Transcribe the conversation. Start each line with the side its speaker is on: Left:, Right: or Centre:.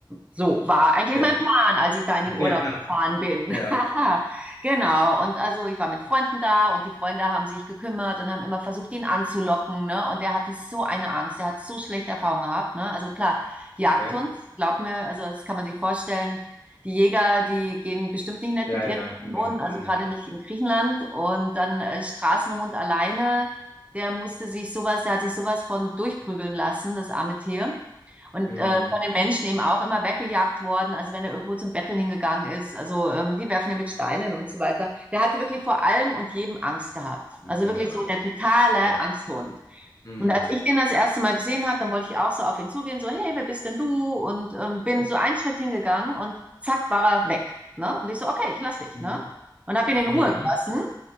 Right: So war eigentlich
Left: okay.
Right: mein Plan, als ich da in den
Left: <laughs>
Right: Urlaub gefahren
Left: Ja,
Right: bin.
Left: ja,
Right: <laughs> Genau. Und also ich war mit Freunden da und die Freunde haben sich gekümmert und haben immer versucht, ihn anzulocken, ne? Und der hatte so eine Angst, der hat so schlechte Erfahrungen gehabt, ne? Also klar, Jagdhund,
Left: okay.
Right: glaub mir, also das kann man sich vorstellen, die Jäger, die gehen bestimmt nicht nett
Left: Ja,
Right: mit ihren
Left: ja, kann
Right: Wohnen,
Left: ja.
Right: also
Left: Mhm.
Right: gerade nicht in Griechenland. Und dann äh, Straßenhund alleine, der musste sich sowas, der hat sich sowas von durchprügeln lassen, das arme Tier. Und
Left: Mhm.
Right: äh, von den Menschen eben auch immer weggejagt worden, also wenn er irgendwo zum Betteln hingegangen ist. Also ähm, die werfen ja mit Steinen und so weiter. Der hatte wirklich vor allem und jedem Angst gehabt.
Left: Mann,
Right: Also wirklich
Left: der
Right: so
Left: Arm.
Right: der totale
Left: Ja.
Right: Angsthund.
Left: Mhm.
Right: Und als ich den das erste Mal gesehen habe, dann wollte ich auch so auf ihn zugehen, so, hey, wer bist denn du? Und ähm, bin so einen Schritt hingegangen und zack, war er weg. Ne? Und ich so, okay, ich lasse dich.
Left: Mhm.
Right: Ne? Und habe ihn in
Left: Mhm.
Right: Ruhe gelassen.